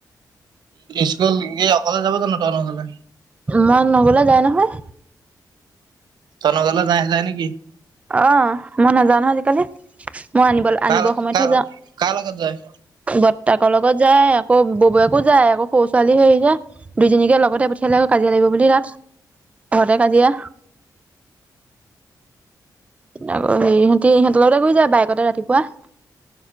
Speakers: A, on the right; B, on the right.
A: স্কুল গ অকলে যাব জ ন ত নকলে
B: মাক নগলে যায় নহয়
A: তই নগলে যায় যায় নেকি
B: অ ', মই নাজানো আজিকালি- মই আনিব আনিব
A: কাৰ
B: সময়তহে
A: কাৰ
B: যাওঁ
A: কাৰ লগত যায়?
B: বতাকৰ লগত যাই আকৌ বো যায় আকৌ সৰু ছোৱালী হৈৰি যায় দুইজনীকে লগতে পঠিয়ালে আকৌ কাজিয়া লাগিব বুলি তাত ঘৰতে কাজিয়া আকৌ সেই সহঁতি ইিহঁতৰ লগতে গৈ যায় বাইেকতে ৰাতিপুৱা